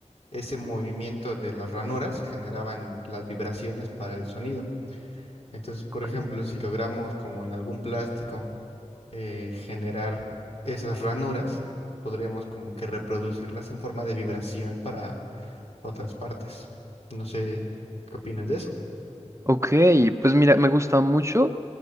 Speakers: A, on the left; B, on the right.
A: ese movimiento de las ranuras generaban las vibraciones para el sonido. Entonces, por
B: Ok,
A: ejemplo, si logramos como en algún plástico eh, generar esas ranuras, podríamos como que reproducirlas en forma de vibración para otras partes. No sé qué opinas de eso.
B: Ok, pues mira, me gusta mucho.